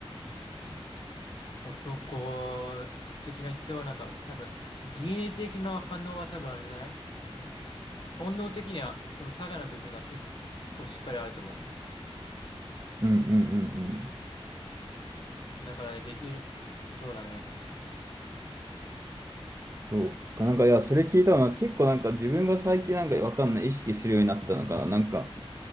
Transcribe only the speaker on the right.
うんうんうんうん。
そうか。なんか、いや、それ聞いたのは結構なんか自分が最近なんかわかんない意識するようになったのかな。なんか、